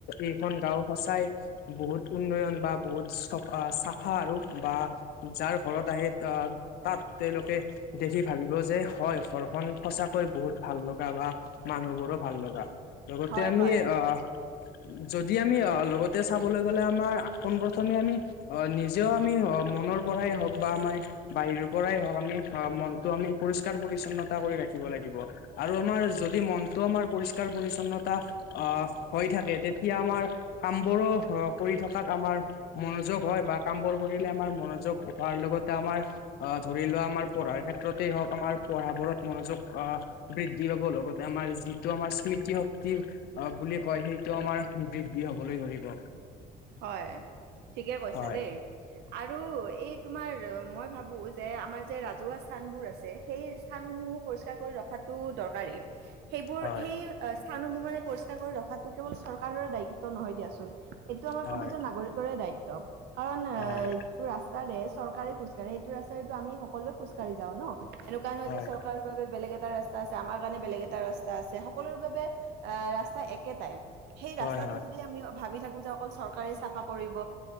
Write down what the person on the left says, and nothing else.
এইখন গাও সঁচাই বহুত উন্নয়ন বা বহুত চাফা আৰু বা যাৰ ৰ ঘৰত আহে আহ তাত তেওঁলোকে দেখি ভাবিব যে হয় ঘৰখন সচা কৈ বহুত ভাল লগা বা মানুহবোৰো ভাল লগা লগতে
আমি
অহ যদি আমি অহ লগতে চাবলৈ গ'লে আমাৰ পোনপ্ৰথমে আমি অ নিজেও আমি মনৰ পৰাই হওক বা আমাৰ বাহিৰৰ পৰাই হওক আমি মনটো আমি পৰিষ্কাৰ পৰি্ছন্নতা কৰি ৰাখি ব লাগিব আৰু আমাৰ যদি মনটো আমাৰ পৰিষ্কাৰ পৰিছন্নতা অহ হৈ থাকে তে তিয়া আমাৰ কাম বোৰো কৰি থকাত আমাৰ মনোযোগ হয় বা কাম বোৰ কৰিলে আমাৰ ম নযোগ হোৱাৰ লগতে আমাৰ অ ধৰি লোৱা আমাৰ পঢ়াৰ ক্ষেত্ৰতে হওঁক আমাৰ পঢ়া বোৰত মনোযোগ অ বৃদ্ধি পাব লগতে আমাৰ যিটো আমাৰ স্মৃতি শক্তি বুলি কয় সেইটো আমাৰ বৃদ্ধি হবলৈ ধৰিব
হয়
হয়
হয়
হয়
হয়
হয়